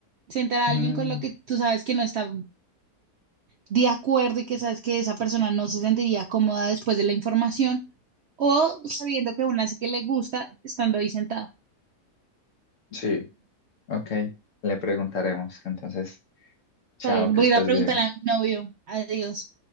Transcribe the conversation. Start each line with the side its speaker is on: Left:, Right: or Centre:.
Right: Sentar a
Left: Mm,
Right: alguien con lo que tú sabes que no está de acuerdo y que sabes que esa persona no se sentiría cómoda después de la información o sabiendo que aún así que le gusta estando ahí sentado.
Left: sí, ok, le preguntaremos. Entonces,
Right: Está
Left: chao,
Right: bien,
Left: que
Right: voy
Left: estés
Right: a ir a preguntarle
Left: bien.
Right: a mi novio. Adiós.